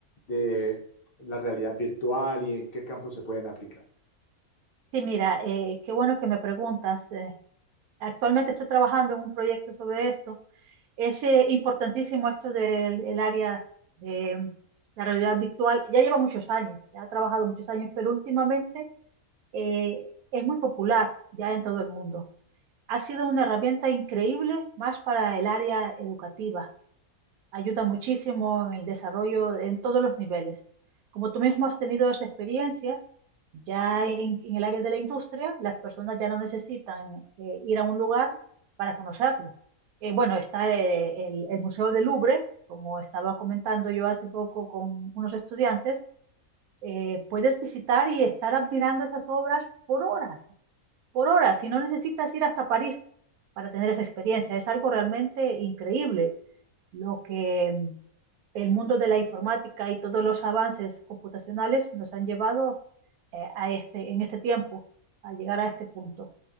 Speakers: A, on the left; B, on the right.
A: de la realidad virtual y en qué campos se pueden aplicar.
B: Sí, mira, eh, qué bueno que me preguntas. eh, actualmente estoy trabajando en un proyecto sobre esto. Es eh, importantísimo esto del el área de mm, la realidad virtual. Ya lleva muchos años, ya ha trabajado muchos años, pero últimamente eh, es muy popular ya en todo el mundo. Ha sido una herramienta increíble más para el área educativa ayuda muchísimo en el desarrollo en todos los niveles. Como tú mismo has tenido esa experiencia, ya en, en el área de la industria, las personas ya no necesitan eh, ir a un lugar para conocerlo. Eh, bueno, está eh, el, el Museo del Louvre, como estaba comentando yo hace poco con unos estudiantes, eh, puedes visitar y estar admirando esas obras por horas, por horas, y no necesitas ir hasta París para tener esa experiencia. Es algo realmente increíble lo que el mundo de la informática y todos los avances computacionales nos han llevado eh, a este, en este tiempo, a llegar a este punto.